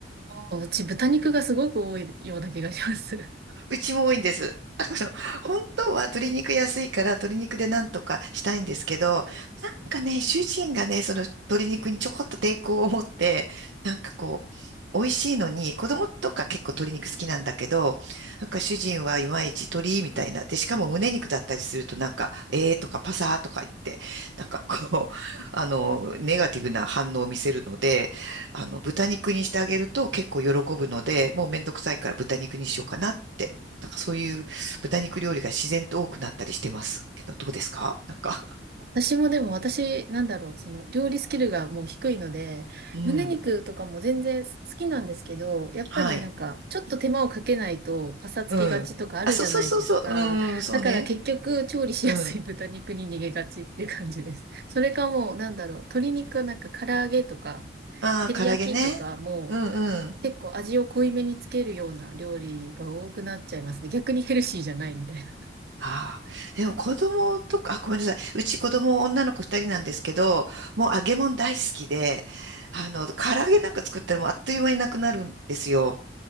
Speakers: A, on the right; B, on the right.
A: あうち豚肉がすごく多いような気がします。
B: うちも多いんです。あの、本当は鶏肉安いから鶏肉でなんとかしたいんですけど、なんかね、主人がね、その鶏肉にちょこっと抵抗を持って、なんかこう、美味しいのに、子供とか結構鶏肉好きなんだけど、なんか主人はいまいち鶏みたいな。で、しかも胸肉だったりするとなんか、えーとかパサーとか言って、なんかこう、あの、ネガティブな反応を見せるので、あの、豚肉にしてあげると結構喜ぶので、もうめんどくさいから豚肉にしようかなって。なんかそういう豚肉料理が自然と多くなったりしてますけど、どうですかなんか。
A: 私もでも私、なんだろう、その料理スキルがもう低いので、
B: うん。
A: 胸肉とかも全然好きなんですけど、やっぱりなんか、
B: はい。
A: ちょっと手間をかけないとパサつきがちとかあるじゃないですか。
B: うん。あ、そうそうそうそう。うん、そうね。
A: だから結局、調理しやすい豚肉に逃げがちっていう感じです。
B: うん。
A: それかもう、なんだろう、鶏肉はなんか唐揚げとか、
B: ああ、
A: 照り焼きとかも、
B: 唐揚げね。うんうん。
A: 結構味を濃いめにつけるような料理が多くなっちゃいますね。逆にヘルシーじゃないみたいな。
B: ああ。でも子供とか、あ、ごめんなさい。うち子供女の子二人なんですけど、もう揚げ物大好きで、あの、唐揚げなんか作ったらもうあっという間になくなるんですよ。